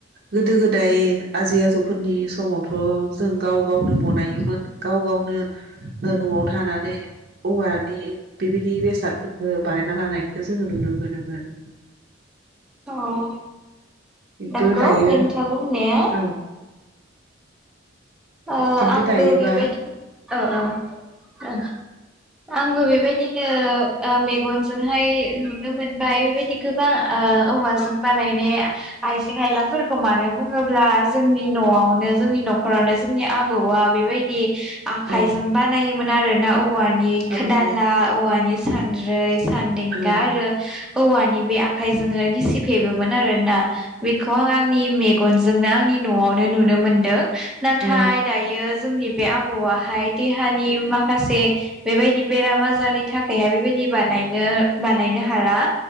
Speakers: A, on the right (about 55°); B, in the centre.
A: गोदो गोदाय आजै आजौफोरनि समाव थ' जों गाव गावनो बनायोमोन गाव गावनो न'आव थानानै औवानि बेबायदि बेसाद ओ बानायना लानाय- खौ जोङो नुनो मोनोमोन
B: औ
A: खिन्थु
B: नंगौ
A: दायो
B: नोंथांनि होननाया
A: औ
B: अ
A: खिन्थु
B: आंबो
A: दायोबा
B: बेबायदि औ औ अ आंबो बेबायदिनो अ मेगनजोंहाय नुनो मोनबाय बेबायदि गोबां अ औवाजों बानायनाय आइजें आइलाफोरखौ मानो बुङोब्ला जोंनि न'आवनो जोंनि न'खरावनो जोंनि आबौआ बेबायदि आखायजों
A: औ
B: बानायोमोन आरो ना औवानि
A: औ
B: दाला
A: औ
B: औवानि सानद्रै सानदेंगा
A: औ
B: आरो औवानि बे आखाय- जोङो गिसिब हेबोमोन आरोना बेखौ आं आंनि मे- गनजोंनो आंनि न'आवनो नुनो मोनदों नाथाय
A: औ
B: दायो जोंनि बे आबौआहाय देहानि माखासे बेबायदि बेराम आजारनि थाखायहाय बेबायदि बानायनो-बानायनो हाला